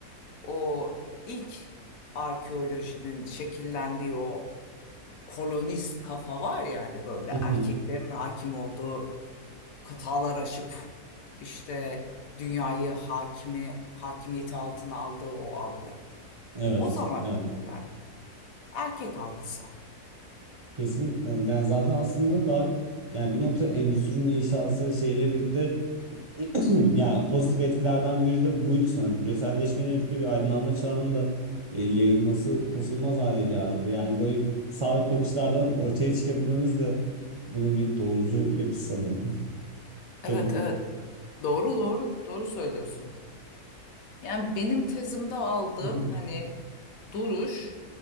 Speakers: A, on the left; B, on the right.
A: o ilk arkeolojinin şekillendiği o kolonist kafa var yani böyle
B: Mhm.
A: erkeklerin hakim olduğu kıtalar aşıp işte dünyayı hakimi hakimiyeti altına aldığı o algı.
B: Evet,
A: O zaman
B: evet.
A: şekillendi. Erkek algısı.
B: Kesinlikle. Yani zaten aslında daha yani bir nokta endüstrinin inşası şeyle birlikte <clears throat> yani pozitif etkilerden biri de buydu sanırım. Küreselleşmeyle birlikte bir aydınlanma çağının da e, yayılması kaçınılmaz hale geldi. Yani böyle sabit bakışlardan ortaya çıkabilmemiz de bunun bir doğrucu yapısı sanırım. <laughs> Çok
A: Evet
B: mu?
A: evet. Doğru doğru doğru söylüyorsun. Yani benim tezimde aldığım
B: Mhm.
A: hani duruş